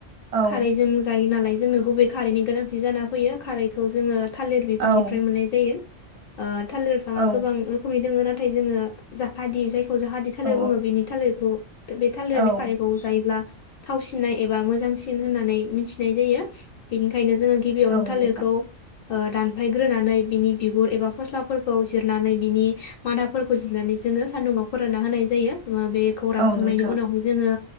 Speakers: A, on the right (about 65°); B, on the left (about 60°).
A: औ
B: खारैजों जायो नालाय। जोंनो गुबै खारैनि गोनांथि जान फैयो खारै खौ जोङो। थालिर बिफांनिफ्राय
A: औ
B: मोननाय जायो ओ थालिर बिफाङा
A: औ
B: गोबां रोखोमनि दङ <unintelligible> नाथाय जोङो जाफादेयो जाय जाहाथे थालिर
A: औ
B: बुङो बिनि थालिरखौ बे थालिरनि
A: औ
B: खारैखौ जायोब्ला थावसिननाय एबा मोजांसिन होननानै मिथिनाय जायो बेनिखायनो जोङो गिबियावनो
A: औ
B: थालिरखौ।
A: नोंथां
B: ओ दानफायग्रोनानै बिनि बिगुर एबा फस्लाफोरखौ जिरनानै बिनि मादाफोरखौ जिरनानै जोङो सान्दुुङाव फोरानना होनाय जायो। मा बेखौ रानखांनायनि
A: औ नोंथां
B: उनावहाय जोङो।